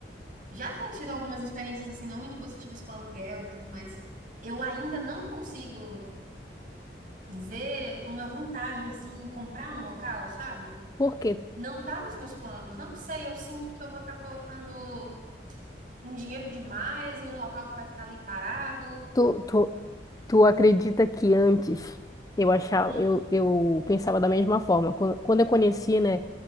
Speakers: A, on the right; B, on the left.
A: já ter tido algumas experiências assim não muito positivas com aluguel e tudo mais, eu ainda não consigo ver uma vantagem assim em comprar um local, sabe?
B: porque quê?
A: Não tá nos meus planos. Não sei, eu sinto que eu vou estar colocando um dinheiro demais em um local que vai ficar ali parado.
B: Tu, tu, Tu acredita que antes eu achava,
A: Uhum.
B: eu, eu pensava da mesma forma. Quando, quando eu conheci, né,